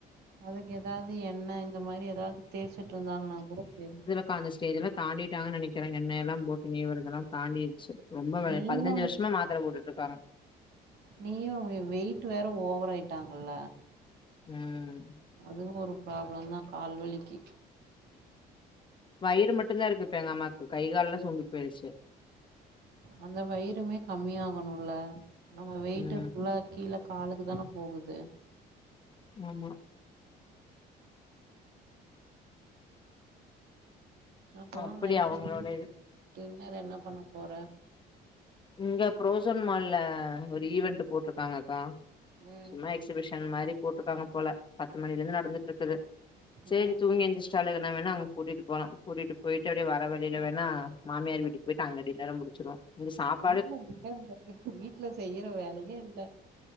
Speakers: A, on the right; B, on the left.
A: அதுக்கு எதாது எண்ண இந்த மாரி எதாது தேய்ச்சிட்ருந்தாங்கனா கூட தெரி
B: கா அந்த ஸ்டேஜெல தாண்டிட்டாங்க நெனக்கிறே எண்ணயெல்லா போட்டு நீவுரதெல்லா தாண்டிர்ச்சு ரொம்ப வே
A: நீவ
B: பதினஞ்சு வர்ஷ்மா மாத்தர போட்டுட்ருக்காங்க
A: நீயு வெ வெயிட்டு வேற ஓவராய்ட்டாங்கல்ல
B: ம்
A: அதுவு ஒரு பிராப்ளந்தா கால்வலிக்கு
B: வயிறு மட்டுந்தா இருக்கு இப்ப எங்கம்மாக்கு கை கால்லா சூம்பி பேய்ர்ச்சு
A: அந்த வயிறுமே கம்மியாகணுல நம்ம வெய்ட்டு
B: ம்
A: ஃபுல்லா கீழ காலுக்குதான போகுது
B: ஆமா
A: அப்புறோ
B: அப்படி
A: நைட்டுக்கு
B: அவங்களோட இது
A: டின்னர் என்ன பண்ணப்போற
B: இங்க புரோசன் மால்ல ஒரு ஈவென்ட்டு போட்ருக்காங்கக்கா
A: ம்
B: சும்மா எக்ஸிபிஷன் மாரி போட்ருக்காங்க போல பத்து மணிலர்ந்து நடந்துட்ருக்குது சேரி
A: ம்
B: தூங்கி எந்திர்ச் ச்சாலுகனா வேணா கூட்டிட்டு போலா கூட்டிட்டு போய்ட்டு அப்டியே வர வழில வேணா மாமியார் வீட்டுக்கு போய்ட்டு அங்க டின்னர முடிச்சிருவ இங்க சாப்
A: என்ன டின்னருன் பாக்யா வீட்ல செய்யற வேலையே இல்ல